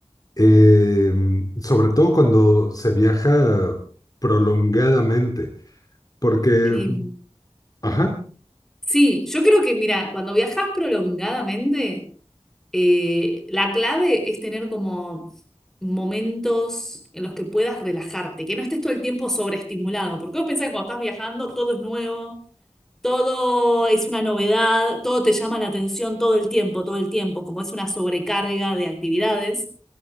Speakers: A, on the left; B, in the centre.
A: Eh, sobre todo cuando se viaja prolongadamente, porque,
B: Eh,
A: ajá,
B: sí, yo creo que, mira, cuando viajas prolongadamente Eh, la clave es tener como momentos en los que puedas relajarte, que no estés todo el tiempo sobreestimulado, porque vos pensás que cuando estás viajando todo es nuevo, todo es una novedad, todo te llama la atención todo el tiempo, todo el tiempo, como es una sobrecarga de actividades.